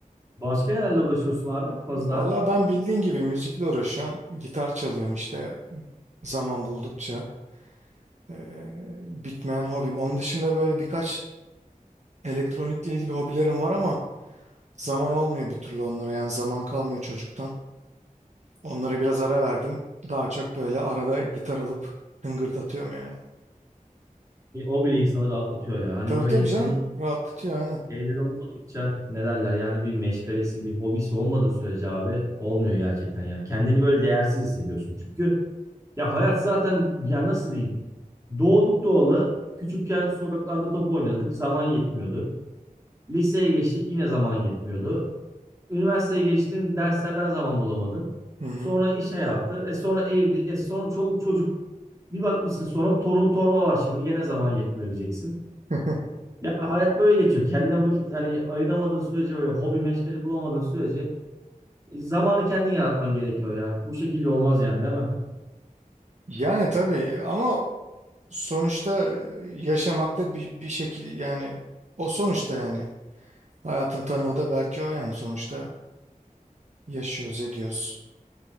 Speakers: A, on the right; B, on the right.
A: Başka nelerle uğraşıyorsun abi? Puzzle
B: Vallahi ben bildiğin gibi müzikle uğraşıyorum. Gitar çalıyorum işte zaman buldukça. Ee, bitmeyen hobim. Onun dışında böyle birkaç elektronikle ilgili hobilerim var ama zaman olmuyor bir türlü onlara. Yani zaman kalmıyor çocuktan. Onlara biraz ara verdim. Daha çok böyle arada gitar alıp hıngırdatıyorum yani.
A: E, o bile insanı rahatlatıyor ya. Hani
B: Tabii
A: böyle
B: tabii
A: insanın
B: canım. Rahatlatıyor aynen.
A: Şeyler olmadıkça ne derler yani bir meşgalesi bir hobisi olmadığı sürece abi olmuyor gerçekten yani kendini böyle değersiz hissediyorsun çünkü ya hayat zaten ya nasıl diyeyim doğduk doğalı küçükken sokaklarda top oynadık zaman yetmiyordu liseye geçtik yine zaman yetmiyordu üniversiteye geçtin derslerden zaman bulamadın
B: Hı hı.
A: sonra iş hayatı e sonra evlilik e sonra çoluk çocuk bir bakmışsın sonra torun torba var şimdi gene zaman yetmiyor diyeceksin.
B: <laughs>
A: Ya hayat böyle geçiyor. Kendine vakit hani ayıramadığın sürece böyle hobi meşgale bulamadığın sürece e, zamanı kendin yaratman gerekiyor ya. Bu şekilde olmaz yani değil mi?
B: Yani tabii ama sonuçta yaşamakta bir, bir şekil yani o sonuçta yani hayatın tanımı da belki o yani sonuçta yaşıyoruz ediyoruz.